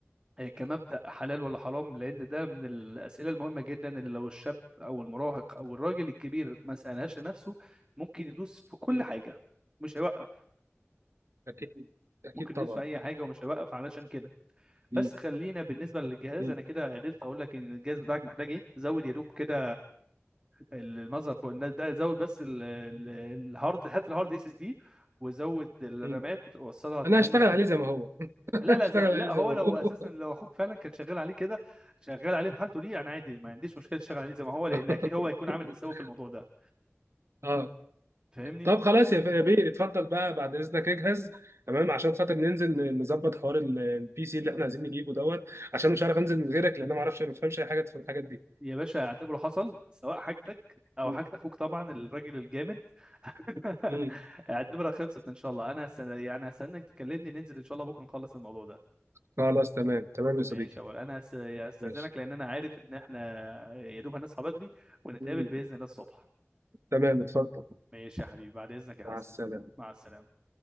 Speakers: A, on the right; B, on the right.
A: آه، كمبدأ حلال ولا حرام لأن ده من الأسئلة المهمة جدا اللي لو الشاب أو المراهق أو الراجل الكبير ما سألهاش لنفسه ممكن يدوس في كل
B: مم.
A: حاجة مش هيوقف
B: أكيد أكيد
A: ممكن
B: طبعا
A: يدوس في اي حاجه ومش هيوقف علشان كده
B: مم.
A: بس خلينا بالنسبه للجهاز
B: مم.
A: انا كده قدرت اقول لك ان الجهاز بتاعك محتاج ايه زود يا دوب كده المذر بورد ده زود بس ال- ال- الهارد هات الهارد اس اس دي وزود الرامات
B: مم.
A: وصلها 8
B: أنا هشتغل عليه زي ما هو <laughs> أنا
A: لا لا
B: هشتغل
A: ز- لا
B: عليه زي
A: هو
B: ما
A: لو
B: هو
A: اساسا لو اخوك فعلا كان شغال عليه كده شغال عليه بحالته دي انا عادي ما عنديش مشكله تشتغل عليه زي ما هو لان
B: <laughs>
A: اكيد هو هيكون عامل حسابه في الموضوع ده
B: أه
A: فاهمني
B: طب خلاص يا يا بيه اتفضل بقى بعد إذنك اجهز تمام عشان خاطر ننزل ن- نظبط حوار ال- البي سي اللي إحنا عايزين نجيبه دوت عشان مش عارف أنزل من غيرك لأن أنا ما أعرفش ما بفهمش أي حاجة في الحاجات دي
A: يا باشا اعتبره حصل سواء حاجتك او
B: مم.
A: حاجت اخوك طبعا الراجل الجامد <laughs>
B: مم.
A: اعتبرها خلصت ان شاء الله انا هس... يعني هستناك تكلمني ننزل ان شاء الله بكره نخلص الموضوع ده
B: <laughs> خلاص تمام تمام يا صديقي
A: ماشي يا ولد انا هس... يعني هستاذنك
B: ماشي
A: لان انا عارف ان احنا يا دوب هنصحى بدري ونتقابل
B: مم.
A: باذن الله الصبح
B: تمام اتفضل
A: ماشي يا حبيبي بعد اذنك يا حسن
B: مع السلامة
A: مع السلامه